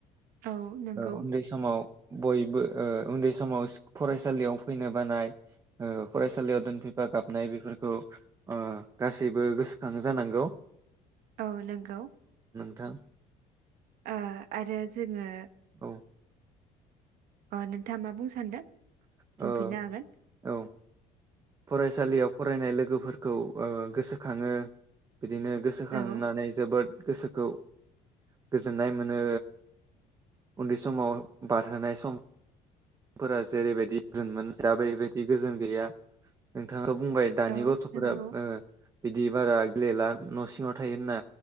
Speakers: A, on the right; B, on the right.
A: औ नंगौ
B: ओ उन्दै समाव बयबो ओ उन्दै समाव फरायसालियाव फैनो बानाय ओ फरायसालियाव दोनफैफा गाबनाय बेफोरखौ ओ गासैबो गोसोखांओ जानांगौ।
A: औ नोंगौ।
B: थां। <unintelligible>
A: ओ आरो जोङो
B: औ
A: अ नोंथाङा मा बुंनो सानदों। बुंफिननो
B: औ
A: हागोन
B: औ। फरायसालियाव फरायनाय लोगोफोरखौ गोसोखाङो। बिदिनो गोसोखांनानै
A: औ
B: जोबोद गोसोखौ गोजोननाय मोनो उन्दै समाव बारहोनाय सम फोरा जेरैबायदि गोजोन मोन दा बेबायदि गोजोन गैया नोंथाङा बुंबाय दानि
A: औ
B: गथ'फोरा
A: नंगौ
B: ओ बिदि बारा गेलेला न' सिङाव थायोहोनना